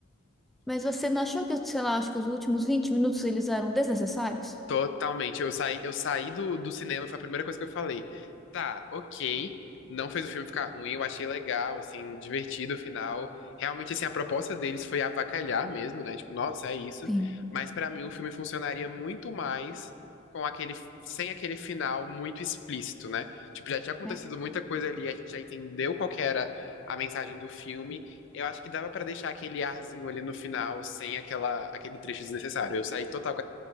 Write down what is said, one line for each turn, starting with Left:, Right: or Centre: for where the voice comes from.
Centre: Mas você não achou que, sei lá, acho que os últimos 20 minutos eles eram desnecessários?
Left: Totalmente. Eu saí, eu saí do, do cinema, foi a primeira coisa que eu falei. Tá, ok. Não fez o filme ficar ruim, eu achei legal, assim, divertido o final. Realmente, assim, a proposta deles foi avacalhar mesmo, né? Tipo, nossa, é isso.
Centre: Sim.
Left: Mas pra mim o filme funcionaria muito mais com aquele, sem aquele final muito explícito, né? Tipo, já tinha acontecido
Centre: É.
Left: muita coisa ali, a gente já entendeu qual que era a mensagem do filme. Eu acho que dava pra deixar aquele arzinho ali no final sem aquela, aquele trecho desnecessário. Eu saí total